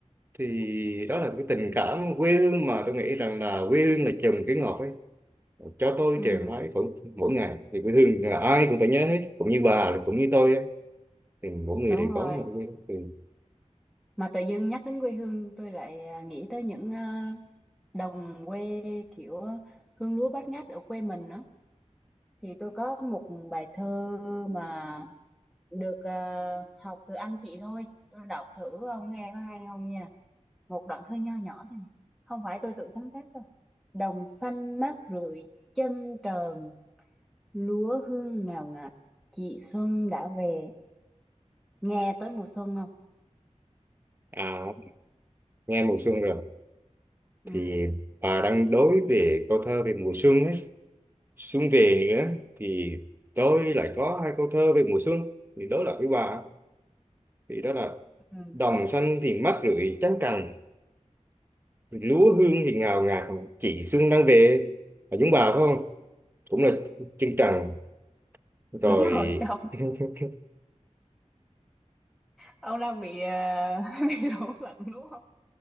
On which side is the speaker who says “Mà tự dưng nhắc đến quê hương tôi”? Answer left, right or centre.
Centre